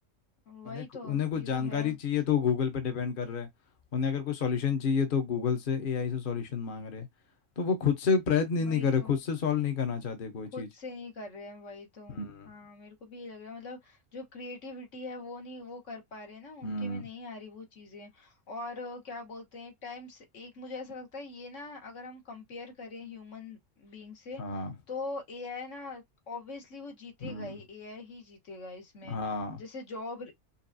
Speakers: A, on the left; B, on the left.
A: वही
B: उन्हें
A: तो
B: उन्हें कुछ
A: ये
B: जानकारी
A: तो है
B: चाहिए तो गूगल पे डिपेंड कर रहे हैं उन्हें अगर कोई सॉल्यूशन चाहिए तो गूगल से एआई से सॉल्यूशन मांग रहे हैं तो वो खुद से प्रयत्न ही नहीं
A: वही
B: कर रहे
A: तो
B: खुद से सॉल्व नहीं करना चाहते कोई
A: खुद
B: चीज़
A: से नहीं कर रहे हैं वही तो
B: हम्म
A: हाँ मेरे को भी ये लग रहा है मतलब जो क्रिएटिविटी है वो नहीं वो कर पा रहे हैं ना उनके
B: हम्म
A: में नहीं आ रही वो चीजें और अ, क्या बोलते हैं एक टाइम से एक मुझे ऐसा लगता है ये ना अगर हम कंपेयर करें ह्यूमन बीइंग से
B: हाँ
A: तो एआई ना ऑब्वियसली वो जीतेगा
B: हम्म
A: ही एआई ही जीतेगा इसमें
B: हाँ
A: जैसे जॉब